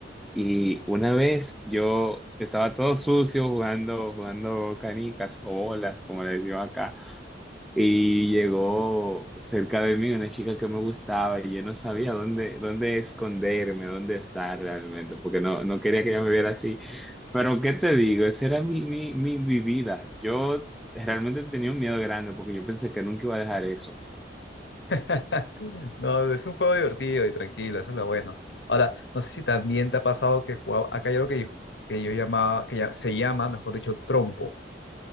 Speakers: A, in the centre; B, on the left (about 75°).
A: Y una vez yo estaba todo sucio jugando, jugando canicas o bolas, como les digo acá. Y llegó cerca de mí una chica que me gustaba y yo no sabía dónde, dónde esconderme, dónde estar realmente, porque no, no quería que ella me viera así. Pero, ¿qué te digo? Esa era mi, mi, mi, mi vida. Yo realmente tenía un miedo grande porque yo pensé que nunca iba a dejar eso.
B: <laughs> No, es un juego divertido y tranquilo, eso es lo bueno. Ahora, no sé si también te ha pasado que jugaba, acá hay algo que, que yo llamaba, que ya- se llama, mejor dicho, trompo.